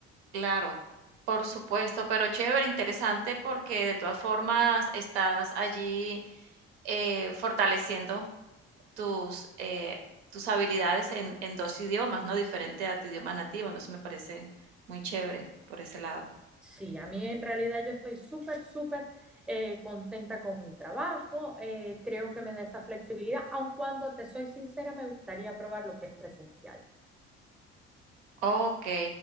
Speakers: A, on the right; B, in the centre.
A: Claro, por supuesto, pero chévere, interesante porque de todas formas estás allí eh, fortaleciendo tus, eh, tus habilidades en, en dos idiomas, ¿no? Diferente a tu idioma nativo, entonces me parece muy chévere por ese lado.
B: Sí, a mí en realidad yo estoy súper, súper eh, contenta con mi trabajo, eh, creo que me da esa flexibilidad, aun cuando te soy sincera, me gustaría probar lo que es presencial.
A: Ok.